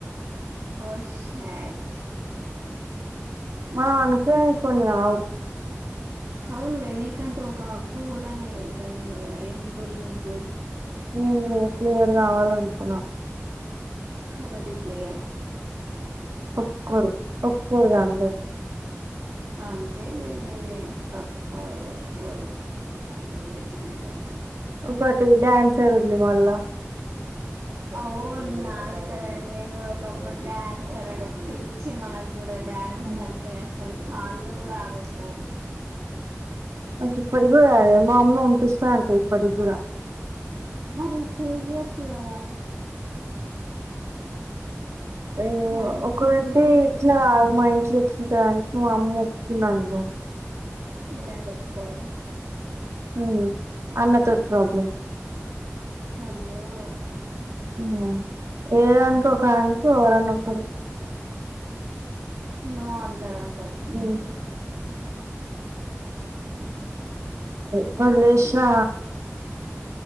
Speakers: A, on the right; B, on the right.
A: ఓ షాట్
B: ఆ అనుకొ కొన్ని ఆవ్
A: అవునులే నీకంటు ఒక గోల్ అనేది ఉంటది కదా ఏం గోల్ నీ గోల్ వీళ్ళతో ఒక విషం
B: ఏం
A: మాట్లా
B: లేదు క్లియర్ కావాలనుకున్నా
A: కబడ్డీ ప్లేయర్
B: ఒక్కోరు ఒక్కరుగా అందరు
A: ఆ అను అంతే ఈ కాపు కోవాలా బరు <unintelligible>
B: ఒకటి డాన్సర్ ఉంది మళ్ళా
A: అఓ నాలకనడి నేను కూడా ఒకప్పుడు డ్యాన్సర్ అంటే పిచ్చి మనకు కూడా డ్యాన్స్
B: నాకు
A: అంటే అసలు కాళ్లు గూడా ఆగావ్ పో
B: నాకు ఇప్పటికీ కూడా రాదు మా మమ్మీ పంపిస్తా అంటది పడిగుడ
A: మరి చేయచ్చు గదా
B: అయ్యో
A: డ్యాన్స్
B: ఒకరంటే
A: నేర్చుకోవచ్చు
B: ఎట్ల
A: కదా
B: మాఇంట్లో ఎట్లాటుది అంటే మా అమ్మ ఒప్ తిండానికి పో
A: మీ డాడ్ ఒప్పుకోరా
B: ఉ అన్నతోటి ప్రాబ్లం
A: అయ్యో
B: అవునా ఏదానికి ఒకదానికి ఎవరన్న ఒకరు
A: నో అంటారంట
B: ఉ
A: ఉ హు హు
B: వోదిలేశిన